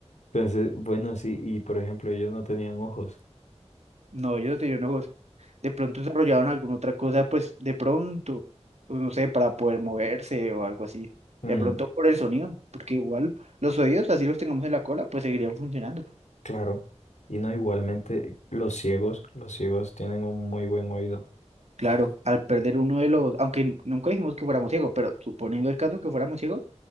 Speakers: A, on the left; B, on the right.
A: Entonces, bueno, sí, y por ejemplo, ellos no tenían ojos.
B: No, ellos tenían ojos. De pronto desarrollaban alguna otra cosa, pues de pronto, pues, no sé, para poder moverse o algo así.
A: Mm,
B: De pronto por el sonido, porque igual los oídos, así los tengamos en la cola, pues seguirían funcionando.
A: claro. Y no, igualmente, los ciegos, los ciegos tienen un muy buen oído.
B: Claro, al perder uno de los, aunque n- nunca dijimos que fuéramos ciegos, pero suponiendo el caso que fuéramos ciegos,